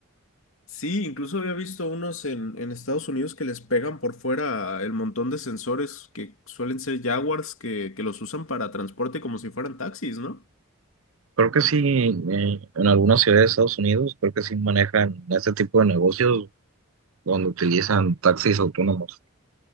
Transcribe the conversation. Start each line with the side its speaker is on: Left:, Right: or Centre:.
Left: Sí, incluso había visto unos en, en Estados Unidos que les pegan por fuera el montón de sensores que suelen ser Jaguars que, que los usan para transporte como si fueran taxis, ¿no?
Right: Creo que sí, eh, en algunas ciudades de Estados Unidos, creo que sí manejan este tipo de negocios donde utilizan taxis autónomos.